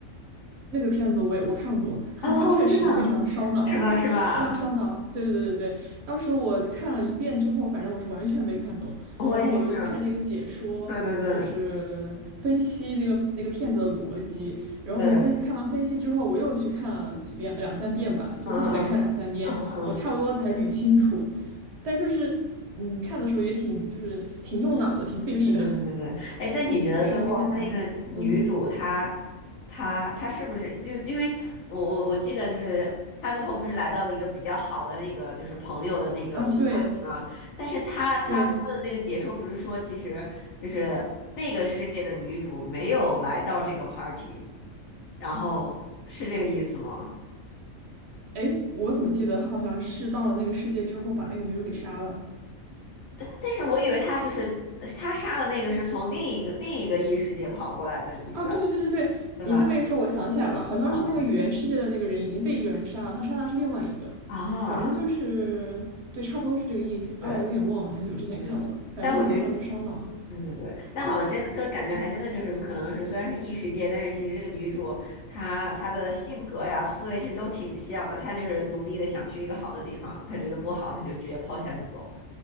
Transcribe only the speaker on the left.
哦，
真的啊是吧？是吧？
我也是。
对对对
对，
嗯嗯嗯嗯。
对对对对对，哎，那你觉得最后她那个女主她，
她她是不是就因为我我我记得就是她最后不是来到了一个比较好的那个就是朋友的那个聚会里吗？
但是她她她的那个解说不是说其实就是那个世界的女主没有来到这个
party，然后是这个意思吗？
但但是我以为她就是她杀的那个是从另一个另一个异世界跑过来的女的，
对吧？
啊
啊啊！
对。
嗯，
但我觉得是，对对对，但好像真的，这个感觉还真的就是，可能是虽然是异世界，但是其实这个女主她她的性格呀、思维其实都挺像的。她就是努力的想去一个好的地方，她觉得不好，她就直接抛下就走，